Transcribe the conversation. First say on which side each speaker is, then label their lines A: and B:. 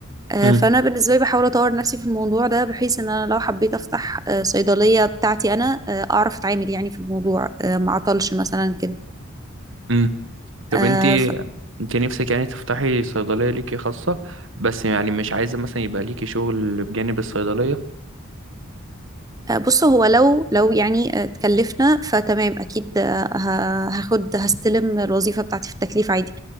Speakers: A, on the right; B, on the right.
A: آه،
B: امم
A: فانا بالنسبه لي بحاول اطور نفسي في الموضوع ده بحيث ان انا لو حبيت افتح آه، صيدليه بتاعتي انا آه، اعرف اتعامل يعني في الموضوع آه، ما اعطلش مثلا كده
B: امم طب
A: آه،
B: انت
A: ف-
B: انت نفسك يعني تفتحي صيدلية ليكي خاصة بس يعني مش عايزة مثلا يبقى ليكي شغل بجانب الصيدلية
A: آه، بص هو لو لو يعني آه، اتكلفنا فتمام اكيد آه، ه- هاخد هستلم الوظيفه بتاعتي في التكليف عادي